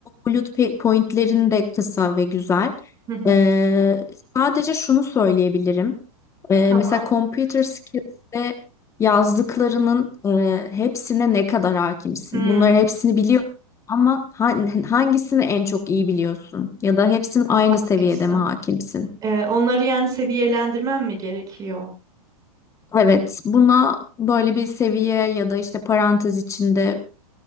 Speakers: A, on the left; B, on the right.
A: bulut pe- pointlerin de kısa ve güzel.
B: hı hı.
A: Ee, sadece şunu söyleyebilirim. Ee,
B: Tamam.
A: mesela computer skills'te yazdıklarının e, hepsine ne kadar hakimsin?
B: Hmm,
A: Bunların hepsini biliyorsun ama ha- hangisini en çok iyi biliyorsun? Ya da hepsinin aynı
B: haklısın.
A: seviyede mi hakimsin?
B: Eee, onları yani seviyelendirmem mi gerekiyor?
A: Evet, buna böyle bir seviye ya da işte parantez içinde